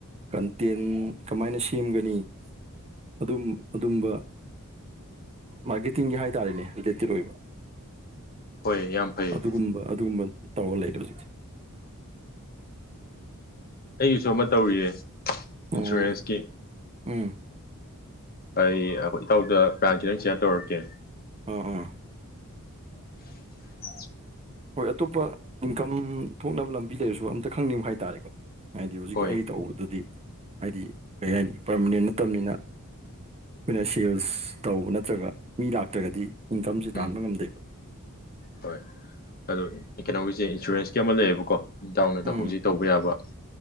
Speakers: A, on the right; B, on the left.
A: ꯀꯟꯇꯦꯟ ꯀꯃꯥꯏꯅ ꯁꯦꯝꯒꯅꯤ ꯑꯗꯨꯝ ꯑꯗꯨꯝꯕ ꯃꯥꯔꯀꯦꯇꯤꯡꯒꯤ ꯍꯥꯏꯇꯥꯔꯦꯅꯦꯇꯦꯠ ꯑꯣꯏꯕ
B: ꯍꯣꯏ ꯌꯥꯝ ꯐꯩꯌꯦ
A: ꯑꯗꯨꯒꯨꯝꯕ ꯑꯗꯨꯒꯨꯝꯕ ꯇꯧꯔ ꯂꯩꯔꯦ ꯍꯧꯖꯤꯛꯁꯦ
B: ꯑꯩꯒꯤꯁꯨ ꯑꯃ ꯇꯧꯔꯤꯌꯦ ꯏꯟꯁꯨꯔꯦꯟꯁꯀꯤ
A: ꯎꯝ ꯎꯝ
B: ꯑꯩ ꯑꯩꯈ ꯏꯇꯥꯎꯗ ꯄ꯭ꯔꯥꯟꯁꯤꯗꯪ ꯁꯤꯌꯥꯔ ꯇꯧꯔꯛꯀꯦ
A: ꯑꯣ ꯑ
B: <inaudible>
A: ꯍꯣꯏ ꯑꯇꯣꯞꯄ ꯏꯟꯀꯝ ꯊꯣꯛꯅꯕ ꯂꯝꯕꯤ ꯂꯩꯔꯁꯨ ꯑꯝꯇ ꯈꯪꯅꯤꯡꯕ ꯍꯥꯏꯇꯥꯔꯦꯀꯣ ꯍꯥꯏꯗꯤ ꯍꯧꯖꯤꯛꯀꯤ
B: ꯍꯣꯏ
A: ꯑꯩ ꯇꯧꯕꯗꯨꯗꯤ ꯍꯥꯏꯗꯤ ꯀꯔꯤ ꯍꯥꯏꯅꯤ ꯄꯔꯃꯅꯦꯟ ꯅꯠꯇꯕꯅꯤꯅ ꯑꯩꯈꯣꯏꯅ ꯁꯦꯜꯁ ꯇꯧꯕ ꯅꯠꯇ꯭ꯔꯒ ꯃꯤ ꯂꯥꯛꯇ꯭ꯔꯒꯗꯤ ꯏꯟꯀꯝꯁꯦ
B: ꯎꯝ
A: ꯇꯥꯟꯕ ꯉꯝꯗꯦꯕ
B: ꯍꯣꯏ ꯑꯣ ꯀꯩꯅꯣꯒꯤꯁꯦ ꯏꯟꯁꯨꯔꯦꯟꯁꯀꯤ ꯑꯃ ꯂꯩꯌꯦꯕꯀꯣ ꯏꯇꯥꯎꯅ
A: ꯎꯝ
B: ꯍꯧꯖꯤꯛ ꯇꯧꯕ ꯌꯥꯕ